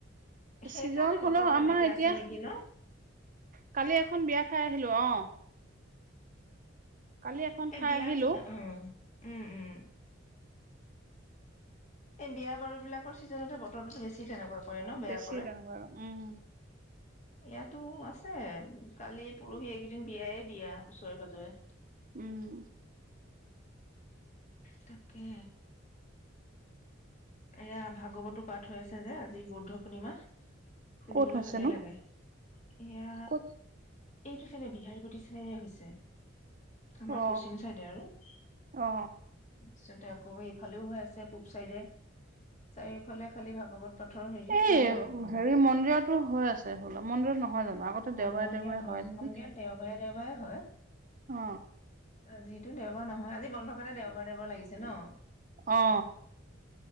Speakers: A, on the left; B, on the right.
A: সেইকাৰণে
B: চিজন হলেও
A: বতৰটো
B: আমাৰ
A: এনেকে
B: এতিয়া
A: আছে নেকি ন।
B: কালি এখন বিয়া খাই আহিলো অ কালি এখন
A: এ
B: খাই
A: বিয়া
B: আহিলো
A: আছে, অ' অ' উম! উম! এই, বিয়া বাৰু বিলাকৰ ছিজনতে বতৰটো বেছি তেনেকুৱা কৰে ন বেয়া
B: বেছিডাঙ
A: কৰে
B: বাৰ উম
A: ইয়াতো আছে কালি পৰহি এইকেইদিন বিয়ায় বিয়া ওচৰে পাজৰে
B: উম
A: তাকে! এয়া ভাগৱতো পাঠ হৈ আছে যে আজি বৌদ্ধ পূৰ্ণিমা শুনিবলৈ
B: ক'ত হৈছেনো
A: ভালেই লাগে এয়া
B: ক'ত
A: এইটো শ্ৰেণী বিহাৰী প্ৰতি শ্ৰেণীৰে হৈছে আমাৰ
B: অ
A: পশ্চিম চাইডে আৰু পাৰিছতে
B: অ
A: আকৌ এইফালেও হৈ আছে পূব চাইডে চাৰিওফালে খালি ভাগৱত পথৰ হেৰি
B: এই
A: ভাল লাগে শুনি
B: হেৰি মন্দিৰতো হৈ আছে বোলা মন্দিৰত নহয় জানো আগতে দেওবাৰে
A: অ মন্দিৰত
B: দেওবাৰে
A: হয়
B: নেকি
A: মন্দিৰত দেওবাৰে ৰমাই হয়
B: অ
A: আজি এইটো দেওবাৰ নহয় আজি বন্ধ কাৰণে দেওবাৰ দেওবাৰ লাগিছে ন
B: অ